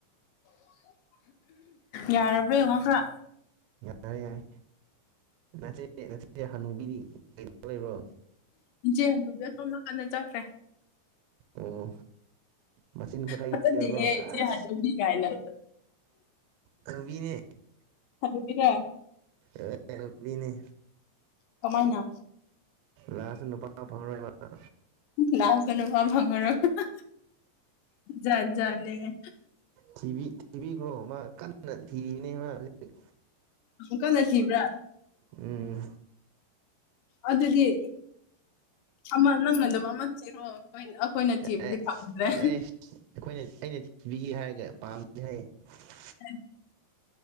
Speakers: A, on the left; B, on the right.
A: ꯌꯥꯔꯕ꯭ꯔꯥ ꯌꯦꯡꯉꯣ ꯈ꯭ꯔꯥ
B: ꯌꯥꯔꯦ ꯌꯥꯔꯦ ꯅꯆꯦ ꯅꯆꯦ ꯍꯅꯨꯕꯤꯗꯤ ꯀꯩꯗꯧ ꯂꯩꯕ꯭ꯔꯣ
A: ꯏꯆꯦ ꯍꯥꯟꯅꯨꯕꯤ ꯁꯣꯝ ꯅꯀꯥꯟꯅꯗ ꯆꯠꯈ꯭ꯔꯦ
B: ꯑꯣ ꯃꯆꯤꯟ ꯈꯨꯠꯍꯩꯗꯤꯀꯣ
A: ꯐꯖꯗꯦꯍꯦ ꯏꯆꯦ
B: ꯑꯦꯁ
A: ꯍꯅꯨꯕꯤ ꯀꯥꯏꯅ
B: ꯍꯅꯨꯕꯤꯅꯦ
A: ꯍꯅꯨꯕꯤꯔꯥ
B: ꯑꯦ ꯍꯅꯨꯕꯤꯅꯤ
A: ꯀꯃꯥꯏꯅ
B: ꯂꯥꯁꯇ ꯅꯨꯄꯥ ꯐꯪꯉꯔꯣꯏ ꯃꯥ ꯑꯥ
A: ꯂꯥꯁꯇ ꯅꯨꯄꯥ ꯐꯉꯡꯔꯣꯏ ꯍꯥꯍꯥ ꯖꯥꯠ ꯖꯥꯠꯅꯦꯍꯦ
B: ꯊꯤꯕꯤ ꯊꯤꯕꯤꯈ꯭ꯔꯣ ꯃꯥ ꯀꯥꯟꯅ ꯊꯤꯔꯤꯅꯦ ꯃꯥ ꯍꯧꯖꯤꯛ
A: ꯀꯥꯟꯅ ꯊꯤꯕ꯭ꯔꯥ
B: ꯎꯝ
A: ꯑꯗꯨꯗꯤ ꯑꯃ ꯅꯪꯅꯥꯗꯨꯝ ꯃꯃꯥ ꯊꯤꯔꯣ ꯑꯩꯈꯣꯏꯅ ꯊꯤꯕꯗꯤ
B: ꯑꯦ
A: ꯐꯪꯗ꯭ꯔꯦ
B: ꯑꯩꯁ ꯑꯩꯈꯣꯏꯅ ꯑꯩꯅ ꯊꯤꯕꯤꯒꯦ ꯍꯥꯏꯔꯒ <unintelligible>
A: <unintelligible>